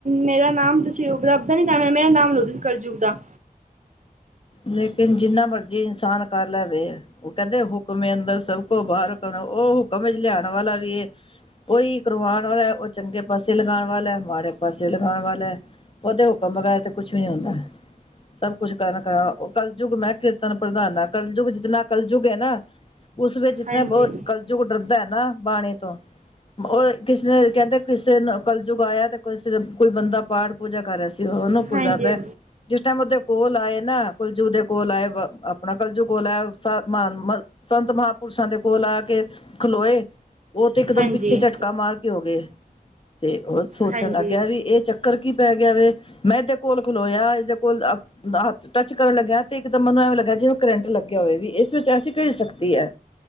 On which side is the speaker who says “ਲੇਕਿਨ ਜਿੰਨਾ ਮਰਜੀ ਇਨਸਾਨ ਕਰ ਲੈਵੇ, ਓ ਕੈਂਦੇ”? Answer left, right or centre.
Left